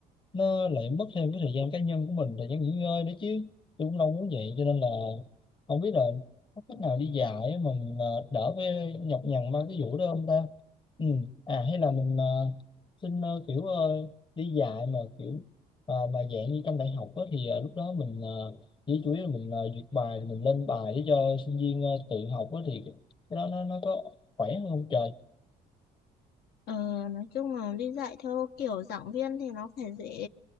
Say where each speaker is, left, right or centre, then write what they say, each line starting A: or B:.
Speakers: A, on the left; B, on the left.
A: nó lại mất thêm cái thời gian cá nhân của mình thời gian nghỉ ngơi nữa chứ tôi cũng đâu muốn vậy cho nên là không biết là có cách nào đi dạy á mà mình à, đỡ với nhọc nhằn ba cái vụ đó không ta ừ. à hay là mình à, xin à, kiểu à, đi dạy mà kiểu à, mà dạng như trong đại học á, thì à, lúc đó mình à, chỉ chủ yếu là mình à, duyệt bài rồi mình lên bài để cho sinh viên à, tự học á, thì cái đó nó nó có khỏe hơn không trời
B: Ờ, nói chung là đi dạy theo kiểu giảng viên thì nó phải dễ